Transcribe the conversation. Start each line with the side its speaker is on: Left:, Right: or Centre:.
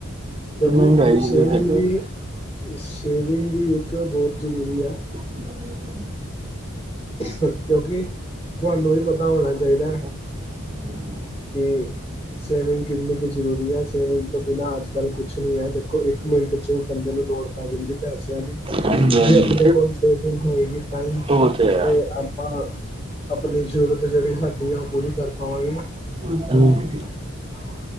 Left: ਕਿਉਂਕਿ
Right: ਮਹਿੰਗਾਈ
Left: ਸੇਵਿੰਗ
Right: ਦੇ ਤੇ ਹਮ,
Left: ਵੀ ਸੇਵਿੰਗ ਵੀ ਇੱਕ ਬਹੁਤ ਜ਼ਰੂਰੀ ਹੈ
Right: ਬ
Left: ਕਿਉਂਕਿ ਤੁਹਾਨੂੰ ਵੀ ਪਤਾ ਹੋਣਾ ਚਾਹੀਦਾ
Right: ਹਮ
Left: ਕਿ ਸੇਵਿੰਗ ਕਿਤਨੀ ਕਿ ਜ਼ਰੂਰੀ ਹੈ ਸਵੀਮਿੰਗ ਤੋਂ ਬਿਨਾਂ ਅੱਜ ਕੱਲ੍ਹ ਕੁਛ ਨਹੀਂ ਹੈ ਦੇਖੋ ਇੱਕ ਮਿੰਟ 'ਚ ਬੰਦੇ ਨੂੰ ਲੋੜ ਪੈ ਜਾਂਦੀ ਪੈਸਿਆਂ ਦੀ
Right: ਹਾਂਜੀ ਹਾਂਜੀ
Left: ਜੇ ਆਪਣੇ ਕੋਲ ਸੇਵਿੰਗ ਹੋਏਗੀ ਟਾਈਮ
Right: ਉਹ ਹੈ
Left: ਤੇ ਆਪਾਂ ਆਪਣੀ ਜ਼ਰੂਰਤ ਜਿਹੜੀ ਸਾਡੀ ਆ ਉਹ ਪੂਰੀ ਕਰ ਪਾਵਾਂਗੇ ਨਾ
Right: ਹਮ
Left: ਹਾਂ